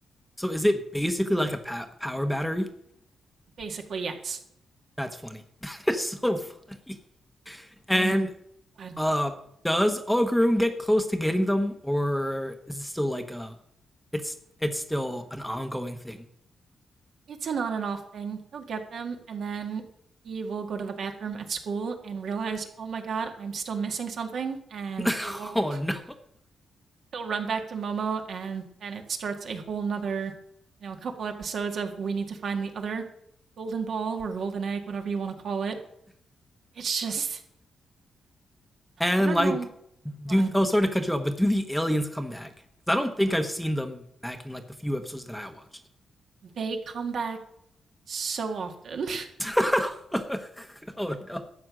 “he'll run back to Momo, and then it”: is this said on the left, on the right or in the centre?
Right